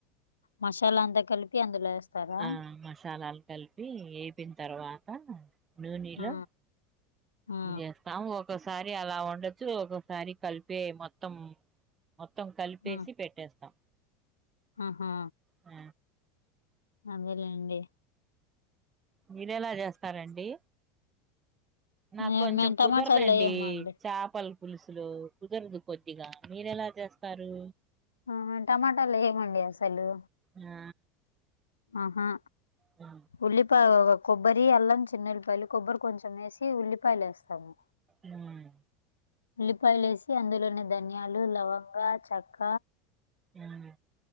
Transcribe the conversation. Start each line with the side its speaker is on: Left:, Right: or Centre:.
Left: మసాలా అంతా కలిపి అందులో వేస్తారా
Right: ఆ మసాలాలు కలిపి యేపిన తర్వాత నూనీలో
Left: ఆ ఆ
Right: యేస్తాము ఒకసారి అలా వండొచ్చు ఒకసారి కలిపే మొత్తం మొత్తం కలిపేసి
Left: ఆ
Right: పెట్టేస్తాం
Left: ఆహా
Right: ఆ
Left: అదేలేండి
Right: మీరెలా జేస్తారండి నాకు
Left: మేం
Right: కొంచెం
Left: మేము
Right: కుదరదండి
Left: టమాటాలు వేయమండి
Right: చేపలు పులుసులు కుదరదు కొద్దిగా మీరెలా జేస్తారు
Left: ఆ టమాటాలు ఏయమండి అసలు
Right: ఆ
Left: ఆహా
Right: ఆ
Left: ఉల్లిపాయ కొబ్బరి అల్లం చిన్న ఉల్లిపాయలు కొబ్బరి కొంచెం వేసి ఉల్లిపాయలు వేస్తాము
Right: ఉమ్
Left: ఉల్లిపాయలేసి అందులోని ధన్యాలు లవంగా చెక్క
Right: ఉమ్